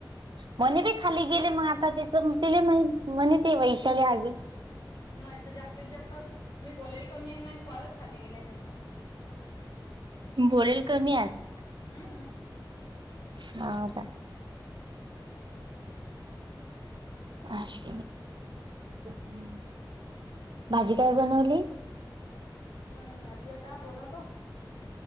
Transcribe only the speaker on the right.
म्हणे बी खाली गेले मग आता तिथ ति म्हणे ते वैशाली आगी
बोलेल कमी आज
ह का असश म भाजी काय बनवली